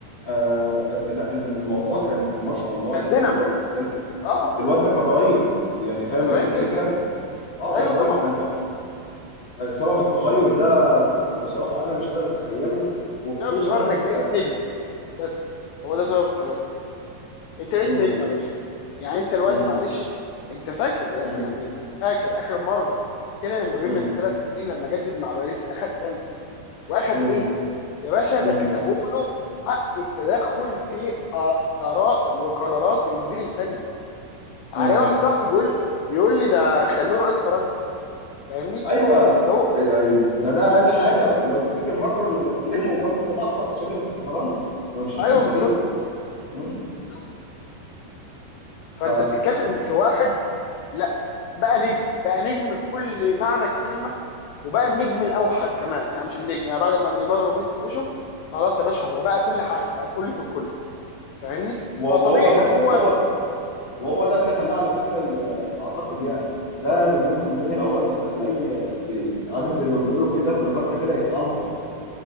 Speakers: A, on the left; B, on the left.
A: آه لا الم- الموضوع كان ما شاء الله
B: كان
A: يعني
B: دينامو
A: الو... ال-
B: اه
A: الواد ده كان رهيب يعني فاهم
B: كان
A: ال-
B: رهيب
A: الفكره
B: جدا
A: اه
B: ايوه
A: ما انا بقول
B: طبعا
A: لك انت آه، سبب التغير ده بصراحه انا مش قادر اتخيله وخصوصا
B: سبب التغير انك بقيت
A: آه،
B: نجم بس
A: مم،
B: هو ده سبب التغير انت بقيت
A: مم،
B: نجم يا باشا يعني انت دلوقتي
A: مم،
B: معلش انت فاكر
A: مم،
B: يعني انت فاكر اخر مره كيليان امبابي
A: مم،
B: من ثلاث سنين لما جدد مع باريس اخد كام واخد
A: مم،
B: ايه يا باشا
A: مم،
B: ده كتبوا له حق التدخل في آ- اراء وقرارات المدير الفني
A: مم.
B: علي واحد صاحبي بيقول بيقول لي ده خلوه رئيس فرنسا فاهمني
A: ايوه آه،
B: اللي هو
A: آه، ده ده اقل حاجه لو تفتكر ماكرون لما كلمه وجابوا اجتماع خاص عشان يفضل في فرنسا وما يمشيش
B: ايوه
A: من باريس
B: بالظبط
A: مم.
B: بالظبط فانت
A: ف
B: بتتكلم في واحد لا بقى نجم بقى نجم بكل معنى الكلمه وبقى النجم الاوحد كمان يعني مش النجم يعني بعد ما نيمار وميسي مشوا خلاص يا باشا هو بقى كل حاجه بقى كل في الكل فاهمني
A: وهو
B: فطبيعي
A: ده
B: ان هو
A: وهو وهو ده اللي خلاه على فكرة ي- أعتقد يعني ده مليون في المية هو اللي خلاه ي- ي- عارف زي ما بيقولوا كده بلغتنا كده يتعنطز